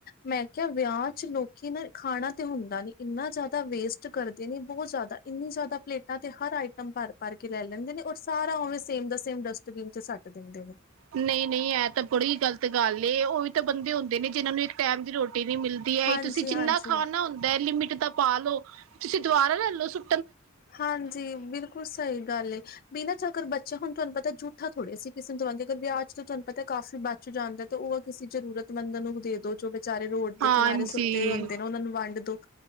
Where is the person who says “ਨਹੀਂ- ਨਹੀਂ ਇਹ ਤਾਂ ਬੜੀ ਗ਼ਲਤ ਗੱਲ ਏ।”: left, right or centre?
Right